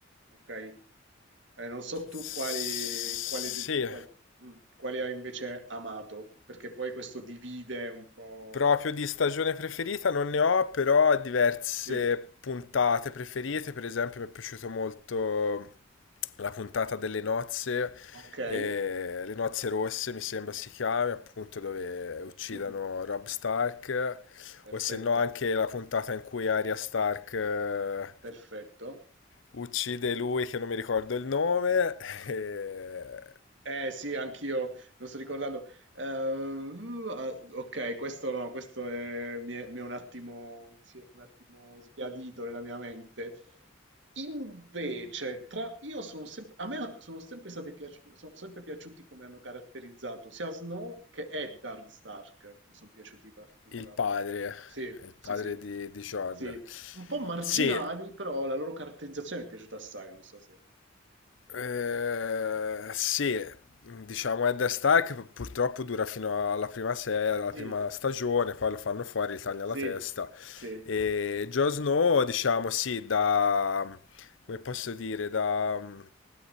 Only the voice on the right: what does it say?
ok? Eh, non so tu
quali, quali, del- qual- mm, quali hai invece amato, perché poi questo divide un po'
Sì,
okay,
mh-mh,
perfetto,
perfetto.
Eh sì, anch'io, non sto ricordando. Ehm, ah, ok, questo no, questo è- mi è, mi è un attimo, si è un attimo sbiadito nella mia mente. Invece, tra, io sono sempre, a me sono sempre stati piaci- sono sempre piaciuti come hanno caratterizzato sia Snow che Eddard Stark, mi sono piaciuti particolarmente.
Sì,
sì,
sì,
sì. Un po' marginali,
però la loro caratterizzazione mi è piaciuta assai, non so se...
Sì,
sì,
sì.